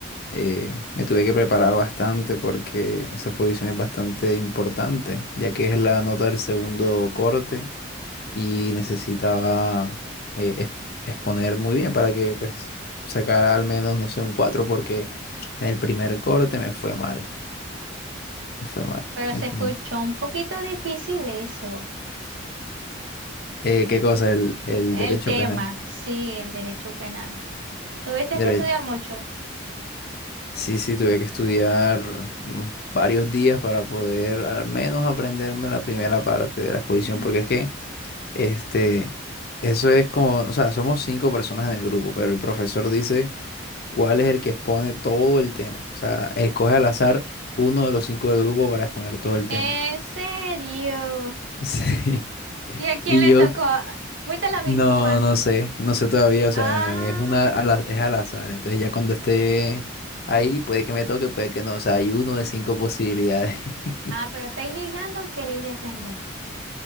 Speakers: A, on the left; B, on the right.
A: Eh, me tuve que preparar bastante porque esa exposición es bastante importante, ya que es la nota del segundo corte y necesitaba eh, ex- exponer muy bien para que pues sacara al menos, no sé, un 4 porque en el primer corte me fue mal, me fue mal.
B: Pero
A: Entonces,
B: se escuchó un poquito difícil eso,
A: eh,
B: eh,
A: ¿qué cosa? El, el
B: el, el
A: derecho
B: tema,
A: penal.
B: sí, el derecho penal. ¿Tuviste
A: Mira,
B: que estudiar mucho?
A: sí, sí, tuve que estudiar mm, varios días para poder al menos aprenderme la primera parte de la exposición,
B: <laughs>
A: porque es que, este, eso es como, o sea, somos cinco personas en el grupo, pero el profesor dice cuál es el que expone todo el tema, o sea, escoge al azar uno de los cinco del grupo para exponer todo el tema.
B: ¿En serio?
A: <laughs> Sí,
B: ¿Y a quién
A: y
B: le
A: yo
B: tocó? ¿Fuiste la víctima?
A: No, no sé, no sé todavía, o
B: Ah,
A: sea, es una al- es al azar, entonces ya cuando esté ahí puede que me toque, puede que no, o sea, hay uno de cinco posibilidades. <laughs>
B: ah, pero estáis ligando, queréis defender.